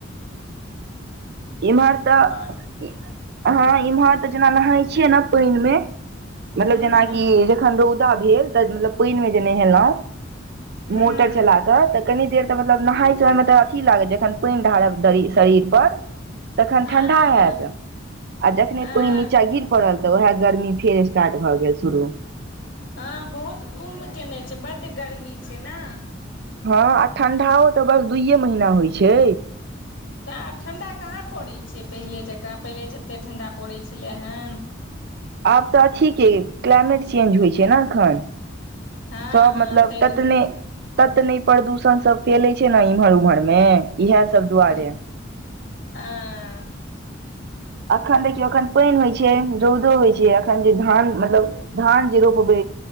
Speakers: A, on the right (about 55°); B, on the left (about 70°).
A: इमहर तऽ
B: आओर
A: हँ इमहर त जेना लगै छैय छीय आहा पैइन मे मतलब
B: हूँ
A: जेना
B: हूँ
A: की एखन राउद गेल त पाईन मे जे नेहेलै
B: हूँ
A: मोटर चला क कनी देर तऽ मतलब नहाय सहाय मे तऽ अथी लागत जखन पाइन ढारब शरीर शरीर पर तखन
B: हँ
A: ठंडा
B: हँ
A: हैत। जखने
B: हँ
A: पाइन नीचा गिर पड़ल तऽ उहाय गर्मी फेर स्टार्ट भए गेल शुरू
B: हाँ बहुत गुम केने छैय बढ़ गर्मी छै न
A: हाँ ठंडाओ तऽ बस दुइए महीना होइत छै
B: त आब ठंडा कहाँ पड़ैत छैै पहिले जकाँ पहिले जतेक ठंडा पड़ै छलैइ हाँ
A: आब तऽ अथी के क्लाइमेट चेंज होइ छैय न अखन
B: हँ
A: सब
B: हँ
A: मतलब
B: तै
A: ततने ततनै प्रदूषण सब फेलै छै ने इम्हर उम्हर मे इहा सब दुआरे
B: अह आ <inaudible>
A: अखन देखियौ अखन पाइन होइ छै रौउदो होइ छै अखन जे धान मतलब धान जे रोपबै